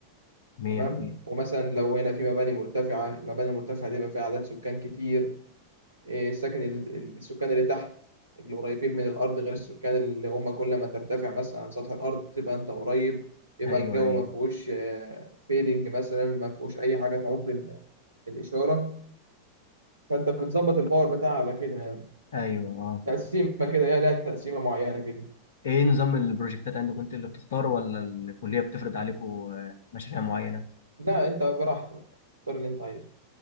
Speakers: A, on the left; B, on the right.
A: مية
B: تمام
A: مية
B: ومثلا لو هنا في مباني مرتفعة المباني المرتفعة دي بيبقى فيها عدد سكان كتير إيه، السكن ال- السكان اللي تحت اللي قريبين من الأرض غير السكان اللي هم كل ما ترتفع مثلا عن سطح الأرض تبقى أنت قريب يبقى
A: ايوه
B: الجو
A: ايوه
B: ما فيهوش فيدنج مثلا ما فيهوش أي حاجة تعوق ال- الإشارة فأنت بتظبط الباور بتاعها على كده يعني
A: ايوه اه
B: تقسيمة كده هي لها تقسيمة معينة كده
A: ايه نظام البروجكتات عندكم انتوا اللي بتختاروا ولا الكلية بتفرض عليكم آه، مشاريع معينة
B: لا أنت براحتك اختار اللي أنت عايزه